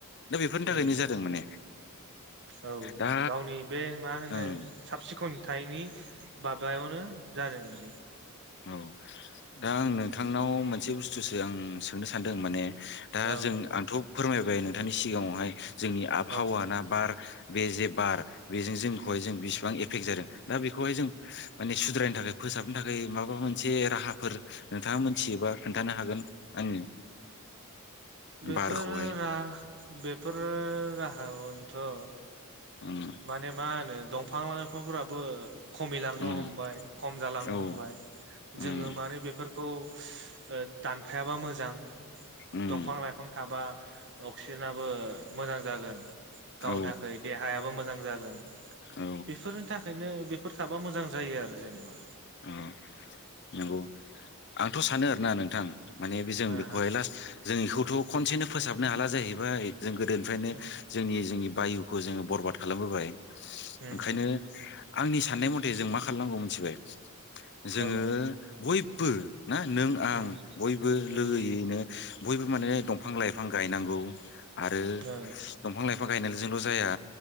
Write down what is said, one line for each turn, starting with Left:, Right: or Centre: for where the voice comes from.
Left: दा बेफोरनि थाखायनो
Right: उम
Left: जादों माने।
Right: औ
Left: दा
Right: गावनि बे मा होनो
Left: ओं
Right: साब सि खन थायिनि बाबायावनो जादों बि।
Left: औ दा आं नोंथांनाव मोनसे बुस्थुसो आं सोंनो सान्दों माने दा
Right: औ
Left: जों आंथ' फोरमायबाय नोंथांनि सिगाङावहाय जोंनि आबहावाना
Right: औ
Left: बार बे जे बार बेजों जोंखौहाय जों बिसिबां एफेक्ट जादों दा बिखौहाय जों माने सुद द्रायनो थाखाय फोसाबनो थाखाय माबा मोनसे राहाफोर नोंथाङा मोन्थियोबा खोन्थानो हागोन आंनो।
Right: बेफोर
Left: बारखौहाय
Right: रा बेफोर राहाअन्थ'।
Left: उम
Right: माने मा होनो दंफां लाइफांफोराबो खमिलांनो
Left: उम
Right: हमबाय खम जालांनो
Left: औ
Right: हमबाय
Left: उम
Right: जोङो मानो बेफोर खौ ओ दानफायाबा मोजां।
Left: उम
Right: दंफां लाइफां थाबा अक्सिजेनाबो मोजां जागोन।
Left: औ
Right: गावनि थाखाय देहायाबो मोजां जागोन
Left: औ
Right: बेफोरनि थाख खायनो बेफोर थाबा मोजां जायो आरो जेनेबा।
Left: अ' नंगौ
Right: उम
Left: आंथ' सानो आरोना नोंथां। माने बे जों
Right: ओ
Left: बेखौहाय लास्ट जों इखौथ' खनसेनो फोसाबनो हाला जाहैबाय। जों गोदोनिफ्रायनो
Right: ओ
Left: जोंनि जोंनि बायुखौ जोङो बरबाद खालामबोबाय।
Right: उम
Left: ओंखायनो
Right: उम
Left: आंनि सान्नाय मथे जों मा खालामनांगौ मिन्थिबाय। जोङो
Right: औ
Left: बयब्बो ना नों आं
Right: उम
Left: बयबो
Right: उम
Left: लोगोैयैनो बयबो माने दंफां लाइफां गायनांगौ आरो
Right: ओ
Left: दंफां लाइफ बिफां गायनायलोजोंल' जाया